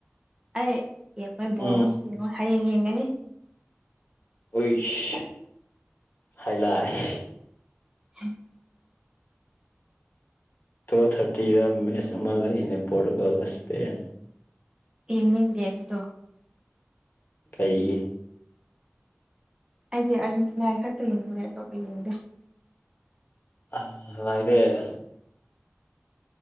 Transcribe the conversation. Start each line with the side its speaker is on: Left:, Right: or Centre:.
Right: ꯑꯩ ꯌꯦꯡꯉꯣꯏ
Left: ꯎꯝ
Right: ꯕꯣꯔ ꯉꯁꯨ ꯌꯦꯡꯉꯣꯏ ꯍꯌꯦꯡ ꯌꯦꯡꯒꯅꯤ
Left: ꯎꯋꯤꯁ ꯍꯥꯏꯥꯏꯂꯥꯏ
Right: <inaudible>
Left: ꯇꯨꯌꯦꯜꯞ ꯊꯥꯔꯇꯤꯗ ꯃꯦꯠꯆ ꯑꯃ ꯂꯩꯅꯦ ꯄꯣꯔꯇꯨꯒꯜꯒ ꯏꯁꯄꯦꯟ
Right: ꯌꯦꯡꯅꯤꯡꯗꯦ ꯑꯗꯨꯗꯣ
Left: ꯀꯩꯒꯤ
Right: ꯑꯩꯗꯤ ꯑꯥꯔꯖꯦꯟꯇꯤꯅꯥꯒꯤ ꯈꯛꯇ ꯌꯦꯡꯕꯅꯦ ꯑꯇꯣꯞꯄ ꯌꯦꯡꯗꯦ
Left: ꯑ ꯂꯥꯏꯗꯦ ꯑꯁ